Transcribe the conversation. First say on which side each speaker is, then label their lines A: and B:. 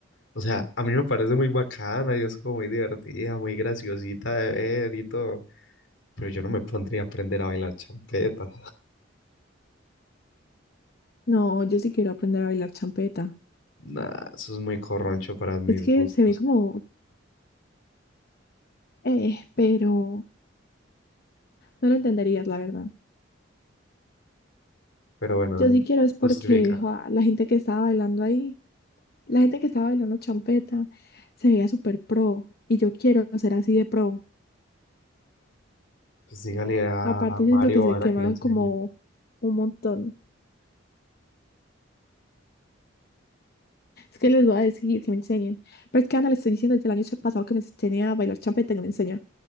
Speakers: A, on the left; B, on the left.
A: O sea, a mí me parece muy bacana y es como muy divertida, muy graciosita de ver y todo. Pero yo no me pondría a aprender a bailar champeta.
B: No, yo sí quiero aprender a bailar champeta.
A: Nah, eso es muy corroncho para mis
B: Es que
A: gustos.
B: se ve como, eh, pero no lo entenderías, la verdad.
A: Pero bueno,
B: Yo sí quiero es porque
A: justifica.
B: joa, la gente que estaba bailando ahí, la gente que estaba bailando champeta, se veía súper pro y yo quiero ser así de pro.
A: Pues dígale a
B: Aparte,
A: Mario
B: siento que se
A: o a Ana
B: quemaron
A: que le enseñe.
B: como un montón. Es que les voy a decir que me enseñen. Pero es que a Ana le estoy diciendo desde el año pasado que me enseñe a bailar champeta y no me enseña.